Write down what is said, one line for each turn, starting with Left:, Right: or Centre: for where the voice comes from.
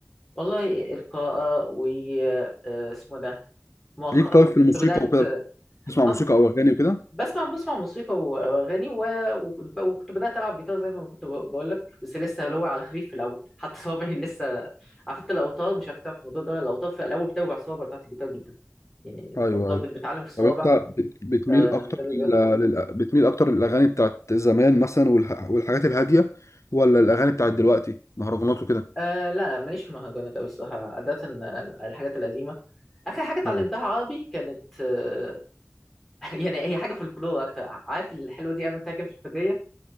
Centre: والله القراءه و آه، اسمه ده مؤخرا
Left: ليك طيب في الموسيقى
Centre: كنت بدات
Left: وكده بتسمع موسيقى
Centre: أم-
Left: او اغاني وكده
Centre: بسمع بسمع موسيقى و- واغاني و- وكنت وكنت بدات العب جيتار زي ما كنت بقول لك بس لسه اللي هو على خفيف في الاول حتى صوابعي <laughs> لسه عارف انت الاوتار مش عارف تعرف الموضوع ده ولا الاوتار في الاول بتوجع الصوابع بتاعت الجيتار جدا يعني
Left: ايوه
Centre: الاوتار
Left: ايوه
Centre: بت- بتعلم في الصوابع
Left: طب انت بت- بتميل
Centre: فده
Left: اكتر لل...
Centre: بياخد وقت.
Left: لل... بتميل اكتر للاغاني بتاعت زمان مثلا والح... والحاجات الهاديه ولا الاغاني بتاعت دلوقتي مهرجانات وكده
Centre: آه لا لا، ماليش في المهرجانات قوي الصراحه عاده آه، الحاجات القديمه اخر حاجه اتعلمتها
Left: ايوه
Centre: عربي كانت آه، <laughs> يعني هي حاجه في الكلور اكتر عارف الحلوه دي عملتها كده في الفجريه